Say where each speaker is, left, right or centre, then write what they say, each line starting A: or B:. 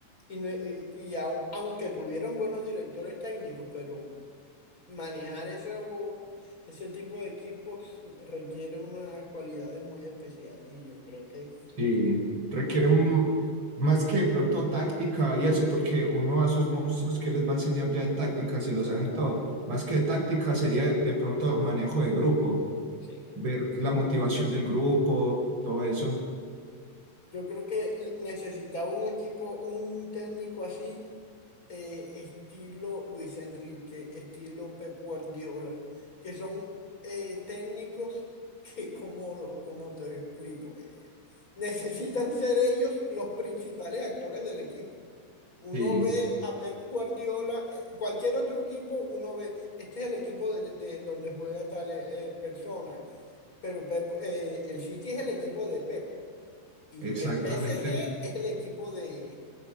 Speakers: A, on the left (about 20°); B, on the right (about 25°).
A: Y, no- e, y- y au- aunque tuvieron buenos directores técnicos, pero manejar eso, ese tipo de equipos requiere unas cualidades muy especiales y yo creo que
B: Sí, requiere un- más que de pronto táctica y eso, porque uno a esos monstruos que les va a enseñar ya de táctica, si lo
A: total,
B: saben todo, más que de táctica sería de, de pronto manejo de grupo,
A: sí.
B: ver la motivación del grupo, todo eso.
A: Yo creo que necesitaba un equipo, un técnico así eh, estilo Luis Enrique, estilo Pep Guardiola, que son eh, técnicos <laughs> que, como, lo- como te explico, eh, necesitan ser ellos los principales actores del equipo. Uno
B: Sí,
A: ve a Pep Guardiola, eh, cualquier otro equipo, uno ve, este es el equipo de, de donde juega tal eh, persona, pero Pep, eh, el City es el equipo de Pep y
B: exactamente,
A: el PSG es el equipo de,